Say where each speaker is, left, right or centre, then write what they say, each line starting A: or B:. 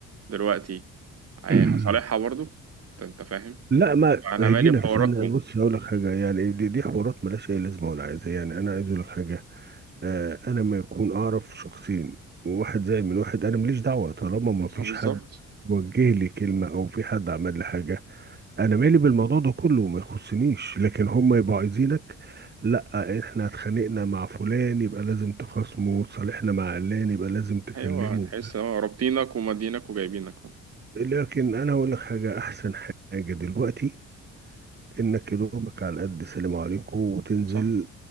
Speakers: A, on the right (about 55°); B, on the right (about 35°).
A: دلوقتي هي-
B: <clears throat>
A: هصالحها برضه أنت أنت فاهم
B: لا ما
A: أنا
B: هدينا
A: مالي بحواركم
B: في سنة بص هقول لك حاجة يعني دي, دي حوارات ملهاش أي لازمة ولا عايزة يعني أنا عايز أقول لك حاجة آه، انا ما يكون اعرف شخصين واحد زي من واحد انا ماليش دعوه طالما ما فيش
A: آه، بالظبط
B: حد وجه لي كلمه او في حد عمل لي حاجه انا مالي بالموضوع ده كله ما يخصنيش لكن هم يبقوا عايزينك لا احنا اتخانقنا مع فلان يبقى لازم تخاصمه صالحنا مع علان يبقى لازم تكلمه
A: ايوه تحس اه رابطينك ومدينك وجايبينك
B: لكن انا اقول لك حاجه احسن حاجه دلوقتي انك يدوبك على قد سلام عليكم وتنزل
A: صح